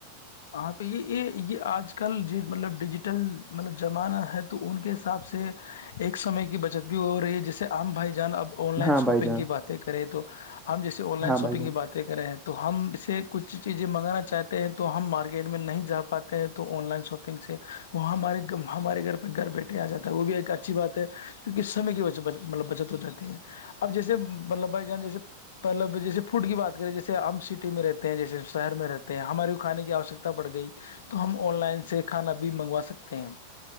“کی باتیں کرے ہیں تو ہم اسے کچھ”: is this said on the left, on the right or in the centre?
Left